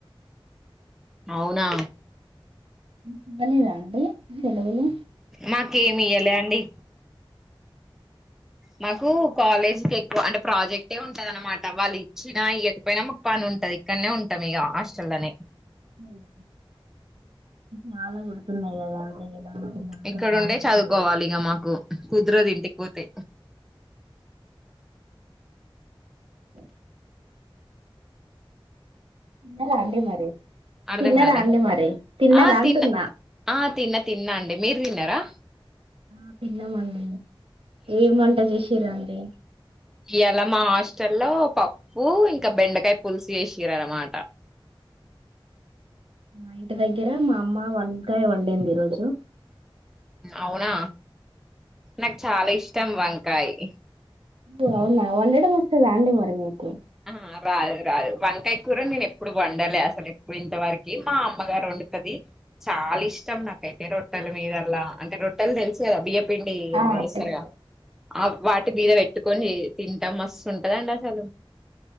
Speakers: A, in the centre; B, on the right.
A: అవునా
B: మీకు ఇవ్వలేదా అండి. సెలవులు
A: మాకేమి ఇయ్యలే అండి మాకూ కాలేజ్కి ఎక్కువ అంటే ప్రాజెక్టే ఉంటది అనమాట వాళ్ళు ఇచ్చినా ఇయ్యకపోయినా మాకు పని ఉం టది ఇక్కడ్నే ఉంటాం ఇగా హాస్టల్ల్లోనే.
B: <unintelligible> చాలా కొడుతున్నాయి గదా అండి. ఎలా వెళ్తున్నారు అసలు
A: ఇక్కడ
B: కాలేజ్కి
A: ఉండే చదువుకోవాలి
B: రోజు
A: ఇగా మాకు కుదరదు ఇంటిక్ పోతే.
B: స తిన్నరా అండి మరీ
A: అర్ధం
B: తిన్నరా
A: కాలే
B: అండి మరి తిన్నరా
A: ఆ
B: అంటున్నా.
A: తిన్న ఆ తిన్న తిన్నా అండి మీరు తిన్నరా.
B: ఆ తిన్నామండీ ఏమ్ వంట చేశిర్రు అండి.
A: ఇయ్యాలా మా హాస్టల్లో పప్పూ ఇంకా బెండకాయ పుల్సు చేశిర్ర్ అనమాట.
B: మా ఇంటి దగ్గర మా అమ్మ వంకాయ వండింది ఈ రోజు
A: అవునా నాకు చాలా ఇష్టం వంకాయి
B: అ అవునా వండడం వస్తదా అండి మరి మీకు
A: హా రాదు రాదు వంకాయ కూర నేను ఎప్పుడు వండలె అసలు ఎప్పుడు ఇంతవరకి మా అమ్మగారు వండ్ టది చాలా ఇష్టం నాకైతే రొట్టెల మీదల్ల అంటే రొట్టెలు తెలుసుకదా బియ్యం పిండి
B: ఆ
A: ఏమో ఏస్తరుగా
B: తెలుసు
A: ఆ వాటి మీద పెట్టి పెట్టు కొని తింటం మస్తు ఉంటదండి అసలు